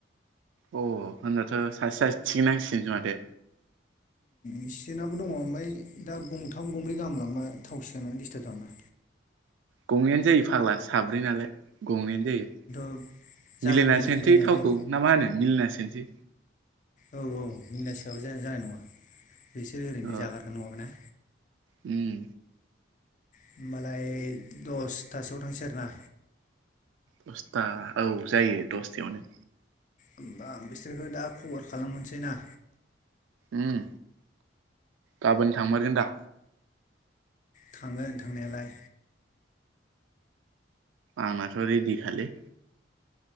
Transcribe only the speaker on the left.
एसिनावबो दङ ओमफ्राय दा गंथाम गंब्रै गाहामलांबा थावसेयानो डिस्टार्ब जोगोनना
ओंखायनोथ' जागोन
बेनो
जानायालाय
औ औ मिलायना सोआबा जानाय नङा बिसोर ओरैनो
जागारगोन नङाबाय ना।
होमबालाय दसथासोआव थांसै आरोना
होमबा आं बिसोरखौ दा खबर खालामहरसै ना?
थाङो थांनायालाय